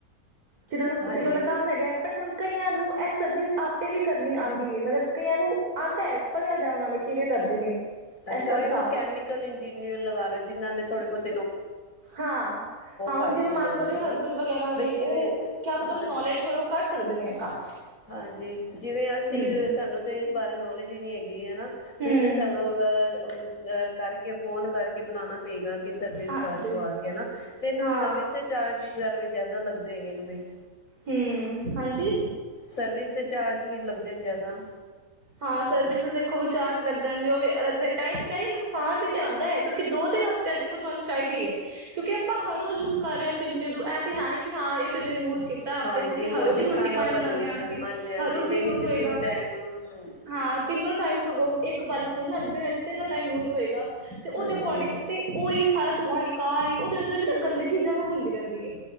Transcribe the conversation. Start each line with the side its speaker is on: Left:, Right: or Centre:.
Right: ਜਿਹਨਾਂ ਨੂੰ
Left: ਹਾਂਜੀ।
Right: ਜਿੱਦੋਂ ਦਾ ਕੰਮ ਹੈਗਾ, ਬਟ ਹੁਣ ਕਈਆਂ ਨੂੰ ਇਹ ਸਰਵਿਸ ਆਪੇ ਵੀ ਕਰਨੀ ਆਉਂਦੀ ਹੈ, ਮਤਲਬ ਕਈਆਂ ਨੂੰ ਆਉਂਦਾ ਹੈ ਪਰੜ੍ਹਿਆਦਾ ਉਹਨਾਂੇ ਕਿਵੇਂ ਕਰਦੇ ਨੇ।
Left: ਅੱਛਾ
Right: ਇਹ ਸਭ
Left: ਔਹੀ ਮਕੈਨੀਕਲ
Right: ਸਾਫ਼
Left: ਇੰਜੀਨੀਅਰ ਲਗਾ ਲੋ, ਜਿਨ੍ਹਾਂ ਨੇ ਥੋੜੇ ਬਹੁਤ
Right: ਹਾਂ ਹਾਂ ਹੁਣ
Left: ਕਰ
Right: ਜਿਵੇਂ
Left: ਸਕਦੇ
Right: ਮੰਨ ਲਓ
Left: ਹੋਣਗੇ
Right: ਤੁਹਾਡੇ
Left: ਹਨਾ
Right: ਹਸਬੈਂਡ ਵਗੈਰਾ ਨੇ
Left: ਵੀ ਜਿਵੇਂ
Right: ਉਹ ਕਿਆ ਪਤਾ
Left: ਅ
Right: ਉਹ ਨਾ ਨੂੰ ਨੌਲੇਜ ਹੋਏ ਉਹ ਕਰ ਸਕਦੇ ਨੇ ਐ ਕੰਮ।
Left: ਹਾਂਜੀ ਜਿਵੇਂ ਅਸੀਂ,
Right: ਹਮ
Left: ਸਾਨੂੰ ਤਾਂ ਇਸ ਬਾਰੇ ਨੌਲੇਜ ਹੀ ਨਹੀਂ ਹੈਗੀ। ਕੀ ਹੈ ਨਾ
Right: ਹਮ
Left: ਫਿਰ ਤੇ ਸਾਨੂੰ ਅਹ ਅ ਕਰਕੇ ਫੋਨ ਕਰਕੇ ਬੁਲਾਣਾ ਪਏਗਾ ਕਿ ਸਰਵਿਸ
Right: ਹਾਂਜੀ
Left: ਚਾਰਜ ਔ ਕੇ ਨਾ, ਤੇ ਇਹਨਾਂ
Right: ਹਾਂ
Left: ਨੂੰ ਸਰਵਿਸ ਦੇ ਚਾਰਜ ਜ਼ਿਆਦਾ ਲੱਗਦੇ ਹੈਗੇ ਨੇ, ਬਈ
Right: ਹੂ ਹਾਂਜੀ
Left: ਸਰਵਿਸ ਚਾਰਜ ਵੀ ਲੱਗਦੇ ਨੇ ਜ਼ਿਆਦਾ।
Right: ਹਾਂ ਸਰਵਿਸ ਦੇ ਦੇਖੋ ਵੀ ਚਾਰਜ ਲੱਗਣਗੇ ਉਹ ਵੀ ਅਲੱਗ ਦੇ ਤਾਈਂ ਤਾਂ ਕਹਿਣੀ ਹਾਂ ਨੁਕਸਾਨ ਵੀ ਤੇ ਆਉਂਦਾ ਹੈ ਕਿਉਕਿ ਦੋ ਤਿੰਨ ਹਫਤੇ ਦੇਖੋ ਤੁਹਾਨੂੰ ਚਾਹੀਦੀ ਹੈ ਕਿਉਂਕਿ ਆਪਾਂ ਹਰ ਰੋਜ਼ ਯੂਜ ਕਰ ਰਹੇ ਹਾਂ ਚਿਮਨੇ ਇਹ ਤੇ ਹੈ ਤੇ ਹੈਂ ਨਹੀਂ ਕਿ ਹਾਂ ਇੱਕ ਦਿਨ ਯੂਜ ਕੀਤਾ ਹਫ਼ਤੇ
Left: ਹਾਂਜੀ
Right: ਚ ਕਿਉਂਕਿ ਹਰ ਰੋਜ਼
Left: ਹੀ ਖਾਣਾ
Right: ਰੋਟੀ ਪਾਣੀ ਬਣਾਉਂਦੇ
Left: ਬਣਨਾ
Right: ਹਾਂ ਅਸੀਂ
Left: ਹਾਂਜੀ ਹਾਂਜੀ
Right: ਹਰ ਰੋਜ਼
Left: ਦਿਨ
Right: ਯੂਜ
Left: ਵਿੱਚ
Right: ਹੋਏਗਾ
Left: ਤਿੰਨ ਟਾਈਮ ਹਾਂਜੀ
Right: ਹਾਂ ਤਿੰਨੋ ਟਾਈਮ ਸਗੋਂ ਇੱਕ ਵਾਰੀ ਥੋੜੀ ਨਾ ਅੱਧੇ ਵਿੱਚ ਤੇ ਤਿੰਨ ਟਾਈਮ ਯੂਜ ਹੋਏਗਾ। ਤੇ ਉਹਦੇ
Left: ਹਾਂਜੀ
Right: ਅਕੋਡਿੰਗ ਤੇ ਉਹੀ ਸਾਰਾ ਧੂੰਆਂ ਨਿਕਲ ਕਾਰ ਹੀ ਉਹਦੇ ਅੰਦਰ ਵੀ ਨਾ ਗੰਦਗੀ ਜਮ੍ਹਾਂ ਹੁੰਦੀ ਰਹਿੰਦੀ ਹੈ।